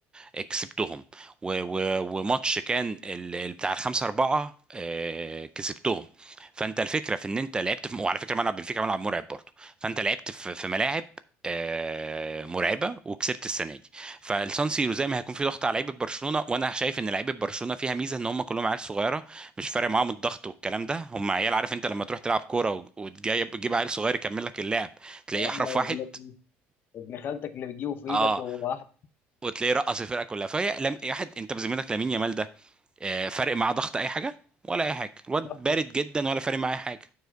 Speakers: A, on the right; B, on the left.
A: كسبتهم و... و... وماتش كان ال... ال- بتاع الخمسة أربعة آه، كسبتهم فأنت الفكرة في إن أنت لعبت في... وعلى فكرة ملعب بنفيكا ملعب مرعب برضه فأنت لعبت في, في ملاعب آه، مرعبة وكسبت السنة دي فالسان سيرو زي ما هيكون في ضغط على لعيبة برشلونة وأنا شايف إن لعيبة برشلونة فيها ميزة إن هم كلهم عيال صغيرة مش فارق معاهم الضغط والكلام ده هم عيال عارف أنت لما تروح تلعب كورة و- وتجيب تجيب عيل صغير يكمل لك اللعب تلاقيه
B: أما
A: أحرف واحد
B: ابن ابن خالتك اللي بتجيبه في ايدك
A: اه
B: وهو واحد
A: وتلاقيه رقص الفرقه كلها فهي لم... واحد انت بذمتك لامين يامال ده آه، فارق معاه ضغط اي حاجه ولا اي حاجه الواد
B: لا،
A: بارد جدا ولا فارق معاه أي حاجه